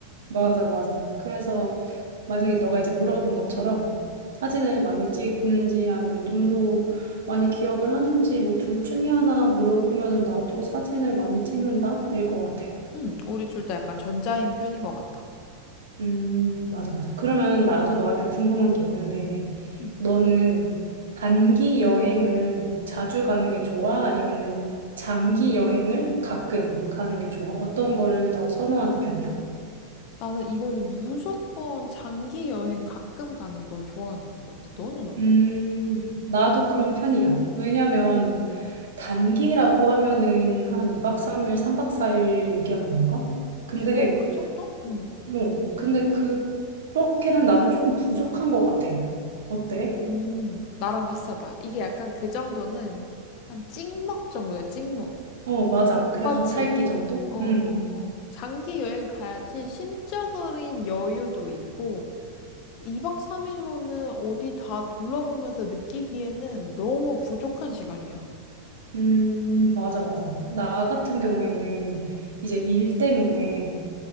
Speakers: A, on the right; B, on the left.
A: 맞아, 맞아. 그래서 만약에 너가 이제 물어본 것처럼 사진을 많이 찍는지 아니면 눈으로 많이 기억을 하는지 뭐 둘 중에 하나 물어보면은 나도 사진을 많이 찍는다? 일 것 같아.
B: 응, 우리 둘 다 약간 전자인 편인 것 같다.
A: 음, 맞아, 맞아. 그러면 나도 너한테 궁금한 게 있는데,
B: 응.
A: 너는 단기 여행을 자주 가는 게 좋아? 아니면은 장기 여행을 가끔 가는 게 좋아? 어떤 거를 더 선호하는 편이야?
B: 나는 이거는 무조건 장기 여행 가끔 가는 걸 좋아하는 것 같아. 너는 어때?
A: 음, 나도 그런 편이야. 왜냐면 단기라고 하면은 한 2박 3일, 3박 4일 얘기하는 건가? 근데,
B: 어, 그 정도? 응.
A: 어, 근데 그, 그렇게는 나는 조금 부족한 것 같아. 어때?
B: 음, 나랑 비슷하다. 이게 약간 그 정도는 한 찍먹 정도야, 찍먹.
A: 어, 맞아. 그냥
B: 맞지?
A: 겉핥기 정도?
B: 어,
A: 응.
B: 어, 어. 장기 여행 가야지 심적인 여유도 있고, 2박 3일로는 어디 다 둘러보면서 느끼기에는 너무 부족한 시간이야.
A: 음, 맞아, 맞아. 나 같은 경우에는 이제 일 때문에